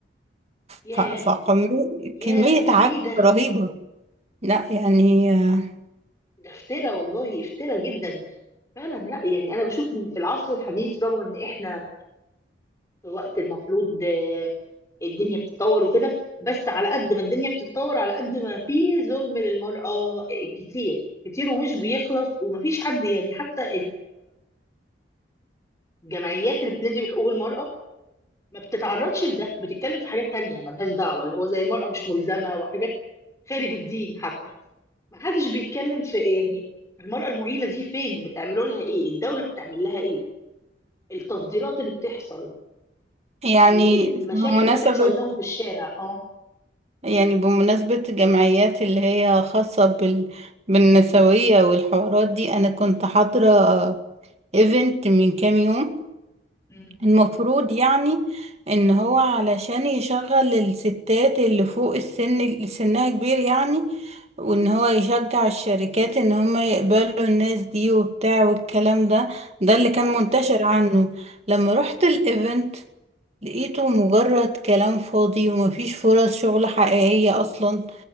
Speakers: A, on the left; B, on the right.
A: ياه
B: ف- فكمية
A: ياه
B: كمية عك
A: ايه ده
B: رهيبة لا يعني آه،
A: ده افترا والله افترا جدا فعلا لا يعني انا بشوف ان في العصر الحديث رغم ان احنا في وقت المفروض آه، الدنيا بتتطور وكده بس على قد ما الدنيا بتتطور على قد ما في ظلم للمرأة آه، كتير كتير ومش بيخلص ومفيش حد يعني حتى الجمعيات اللي بتنادي بحقوق المرأة ما بتتعرضش لده بتتكلم في حاجات تانية ملهاش دعوة اللي هو زي المرأة مش ملزمة وحاجات خارج الدين حتى ما حدش بيتكلم في يعني المرأة المعيلة دي فين بتعملوا لها ايه الدولة بتعمل لها ايه التفضيلات اللي بتحصل
B: يعني
A: ال- المشاكل
B: بمناسبة
A: اللي بتحصل لهم في الشارع اه
B: يعني بمناسبة جمعيات اللي هي خاصة بال بالنسوية والحوارات دي أنا كنت حاضرة ايفنت من كام يوم
A: مم.
B: المفروض يعني ان هو علشان يشغل الستات اللي فوق السن اللي سنها كبير يعني وان هو يشجع الشركات ان هم يقبلوا الناس دي وبتاع والكلام ده ده اللي كان
A: اه
B: منتشر عنه لما رحت الايفنت لقيته مجرد كلام فاضي ومفيش فرص شغل حقيقية اصلا